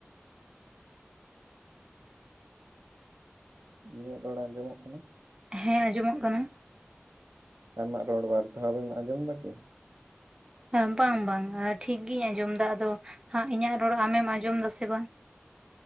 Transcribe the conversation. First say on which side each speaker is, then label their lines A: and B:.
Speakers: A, on the right; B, on the right.
A: ᱤᱧᱟᱹᱜ ᱨᱚᱲ ᱟᱸᱡᱚᱢᱚᱜ ᱠᱟᱱᱟ?
B: ᱦᱮᱸ ᱟᱸᱡᱚᱢᱚᱜ ᱠᱟᱱᱟ᱾
A: ᱟᱢᱟᱜ ᱨᱚᱲ ᱵᱟᱨ ᱫᱷᱟᱣ ᱮᱢ ᱟᱸᱡᱚᱢ ᱮᱫᱟ ᱠᱤ?
B: ᱦᱮᱸ ᱵᱟᱝ ᱵᱟᱝ ᱟ ᱴᱷᱤᱠ ᱜᱤᱧ ᱟᱸᱡᱚᱢ ᱫᱟ᱾ ᱟᱫᱚ ᱦᱟᱸᱜ ᱤᱧᱟᱹᱜ ᱨᱚᱲ ᱟᱢᱮᱢ ᱟᱸᱡᱚᱢ ᱫᱟ ᱥᱮ ᱵᱟᱝ?